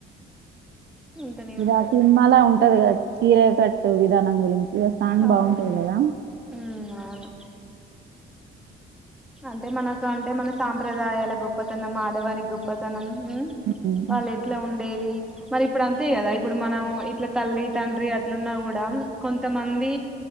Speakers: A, in the centre; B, on the right.
A: ఉంటనే ఉంటారు
B: గా సినిమాల ఉంటది కద చీరే కట్టు విధానం గురించి ఆ సాంగ్
A: అవును
B: బాగుంటది కదా
A: ఉమ్ అవును అంటే మనకు అంటే మన సాంప్రదాయాల గొప్పతనం ఆడవారి గొప్పతనం ఉ
B: ఉమ్.
A: వాళ్ళు ఎట్లా ఉండేది మరి ఇప్పుడు అంతే కదా ఇప్పుడు మనం ఇట్ల తల్లి తండ్రి అట్లున్నా కూడా కొంతమంది